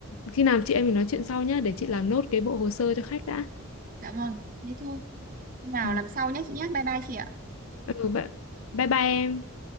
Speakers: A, on the left (about 70°); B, on the right (about 40°).
A: khi nào chị em mình nói chuyện sau nhá để chị làm nốt cái bộ hồ sơ cho khách đã
B: Dạ vâng, thế thôi. Hôm nào
A: ừ,
B: làm sau nhé chị nhé. Bye bye chị ạ.
A: ừ bye bye bye em